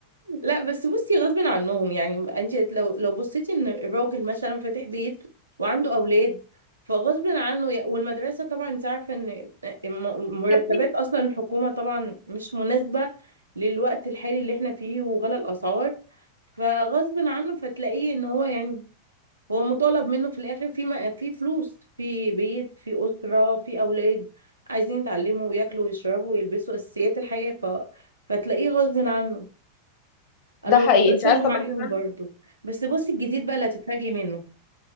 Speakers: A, on the right; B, on the left.
A: لا بس بصي غصب عنهم يعني انت لو لو بصيتي ان الراجل مثلا فاتح بيت وعنده اولاد فغصب عنه ي- والمدرسه طبعا انت عارفه ان م-
B: <laughs>
A: مرتبات اصلا الحكومه طبعا مش مناسبه للوقت الحالي اللي احنا فيه وغلا الاسعار فغصب عنه فتلاقيه ان هو يعني هو مطالب منه في الاخر في م- في فلوس في بيت في اسره في اولاد عايزين يتعلموا وياكلوا ويشربوا ويلبسوا اساسيات الحياه ف... فتلاقيه غصب عنه انا
B: ده
A: ما
B: حقيقي
A: بقدرش
B: انت عارفه
A: الوم
B: بقى
A: <laughs> عليهم
B: كمان
A: برضو بس بصي الجديد بقى اللي هتتفاجئي منه